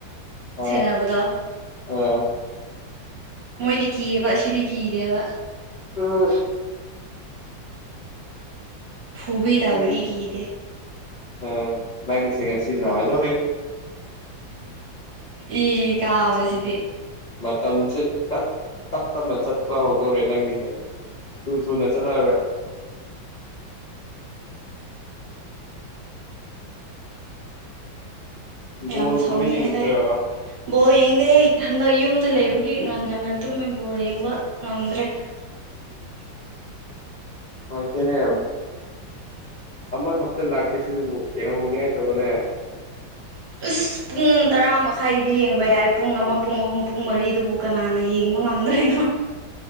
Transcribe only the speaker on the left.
ꯑꯥ ꯑꯥ
ꯎꯝ
ꯅꯪ
ꯑꯥ ꯅꯪ ꯁꯦ ꯉꯁꯤ ꯅꯨꯉꯥꯗꯧꯔꯤ
ꯃꯇꯝꯁꯦꯞ ꯇꯞ ꯇꯞꯅ ꯆꯠꯄ ꯍꯧꯗꯧꯔꯦ ꯅꯪꯒꯤꯁꯦ ꯇꯨ ꯊꯨ ꯅ ꯆꯂꯔꯣꯏ
ꯕꯣꯜꯒꯨꯝꯕ
ꯌꯦꯡꯗ꯭ꯔꯣ
ꯑꯆꯅꯦ ꯑ ꯃ ꯍꯞ ꯂꯥꯛꯄꯤꯁꯗꯕꯨ ꯌꯦꯡ ꯍꯣꯅꯤ ꯇꯒꯣꯅꯦ